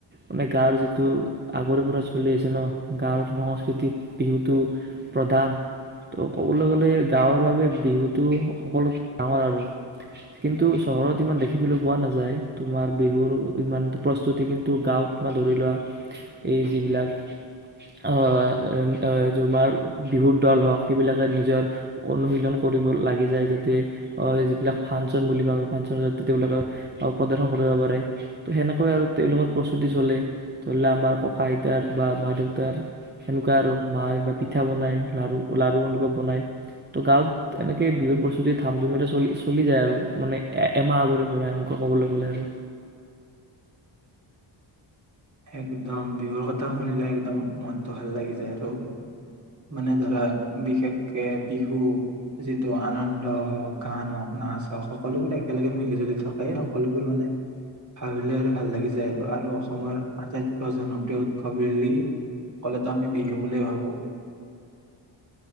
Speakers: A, on the right; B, on the right.
A: মানে গাঁৱৰ যিটো আগৰে পৰা চলি আছে ন, গাঁৱৰ সংস্কৃতিত বিহুটো প্ৰধান ত' কবলৈ গ'লে গাঁৱৰ বাবে বিহুটো সকলোত ডাঙৰ আৰু, কিন্তু চহৰত ইমান দেখিবলৈ পোৱা নাযায়। তোমাৰ বিহুৰ ইমান প্ৰস্তুতি কিন্তু গাঁৱত তোমাৰ ধৰি লোৱা, এই যিবিলাক আ তোমাৰ বিহুৰ দল হওঁক সেইবিলাকে নিজৰ অনুশীলন কৰিব লাগি যায় যাতে আ যিবিলাক ফাংচন বুলি কওঁ আমি ফাংচন যাতে তেওঁলোকে প্ৰদৰ্শন কৰিব পাৰে, ত সেনেকৈ আৰু তেওঁলোকৰ প্ৰস্তুতি চলে। ধৰি ল আমাৰ ককা-আইতাৰ বা মা-দেউতাৰ সেনেকুৱা আৰু। মা বা পিঠা বনায়, লাৰু লাৰু এনেুৱা বনায়, ত' গাঁৱত এনেকে বিহুৰ প্ৰস্তুতিত থাম ধুমিতে চলি চলি যায় আৰু মানে এ এমাহ আগৰে পৰা এনেকুৱা ক'বলৈ গ'লে আৰু
B: একদম বিহুৰ কথা শুনিলে একদম মনটো ভাল লাগি যায় আৰু মানে ধৰা বিশেষকে বিহু যিটো আনন্দ হওক গান হওঁক নাচ হওঁক সকলোবোৰ একেলগে মিলি জুলি থকাই সকলোবোৰ মানে ভাবিলে আৰু ভাল লাগি যায় আৰু আৰু অসমৰ- আটাইতকৈ জনপ্ৰিয় উৎসৱ বুলি কলেতো আমি বিহু বুলি য়ে ভাবো।